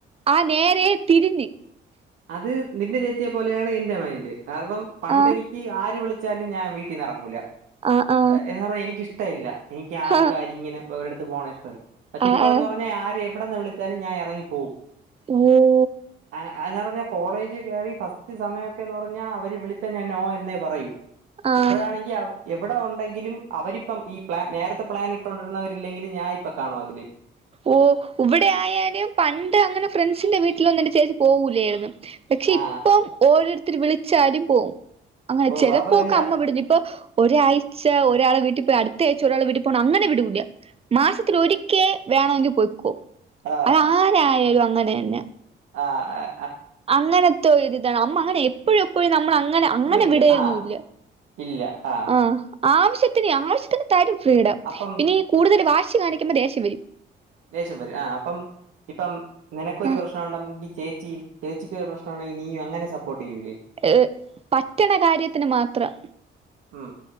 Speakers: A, on the right; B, on the right.
A: ആഹ് നേരെ തിരിഞ്ഞ്
B: അത് നിന്റെ ചേച്ചിയെ പോലെയാണ് എൻറെ മൈൻഡ് കാരണം പണ്ട്
A: ആ
B: എനി ക്ക് ആര് വിളിച്ചാലും ഞാൻ വീട്ടീന്ന് ഇറങ്ങൂല
A: ആ ആ
B: എന്ന് പറഞ്ഞാ എനിക്കിഷ്ടല്ല എനിക്ക് ആൾക്കാരിങ്ങെനേ
A: ഹ
B: ഒരിടെത്ത് പോണഷ്ടല്ല പക്ഷെ
A: ആ
B: ഇപ്പോഴന്ന്
A: ആ
B: പറഞ്ഞാ ആരേം വടെന്ന് വിളിച്ചാലും ഞാനേറങ്ങിപ്പോവും
A: ഉം
B: ആഹ് ആല പർഞെ കോളേജ് കേറി ഫസ്റ്റ് സമയൊക്കെന്ന് പറഞ്ഞാ അവര് വിളിച്ചാ ഞാൻ നോ എന്നേ പറയൂ
A: ആ
B: ഇപ്പഴാണെങ്കി അവ് എവിടെ ഉണ്ടെങ്കിലും അവരിപ്പം ഈ പ്ലാൻ നേരത്തെ പ്ലാൻ ഇട്ടോണ്ടിരുന്നവരില്ലെങ്കില് ഞാനിപ്പൊ കാണുമതില്
A: ഒഹ് ഇവിടെ ആയാല് പണ്ട് അങ്ങനെ ഫ്രണ്ട്സിന്റെ വീട്ടിലൊന്നും ചേച്ചി പോവൂലായിരുന്നു പക്ഷെ
B: ആ
A: ഇപ്പം ഓരോരുത്തർ വിളിച്ചാലും പോവും അങ്ങനെ
B: ഓ
A: ചെലപ്പോക്കെ
B: അപ്പൊ ഇല്ല
A: അമ്മ വിടില്ല ഇപ്പൊ ഒരാഴ്ച ഒരാളെ വീട്ടി പോയി അടുത്ത ആഴ്ച ഒരാൾെ വീട്ടി പോണെ അങ്ങനെ വിടൂല്ല മാസത്തില് ഒരിക്കെ വേണെങ്കി പോയ്ക്കോ
B: ആ
A: അത് ആരായാലും അങ്ങനെന്നെ
B: ആഹ്
A: അങ്ങനത്തോരിതാണ് അമ്മ അങ്ങനെത്തോര് താണ് അമ്മ അങ്ങനെ എപ്പഴും എപ്പഴും നമ്മൾ അങ്ങനെ അങ്ങനെ
B: വിടൂല
A: വിടയൊന്നുല്ല
B: ആ ഇല്ല ആഹ്
A: ആഹ് ആവശ്യത്തിന് ആവശ്യത്തിന് തരും ഫ്രീഡം.
B: അപ്പം
A: പിന്നെ ഈ കൂടുതല് വാശി കാണിക്കുമ്പോ ദേശം വെരും.
B: ദേശ്യം വെരും ആഹ് അപ്പം ഇ പ്പം നിനക്കൊരു
A: ആഹ്
B: പ്രശ്നൊണ്ടെംങ്കി ചേച്ചി യിം ചേച്ചിക്കൊരു പ്രശ്നൊണ്ടെങ്കി നീയും അങ്ങനെ സപ്പോട്ടൊയ്യൂല്ലേ?
A: ഏഹ് പറ്റണ കാര്യത്തിന് മാത്രം.
B: ഉം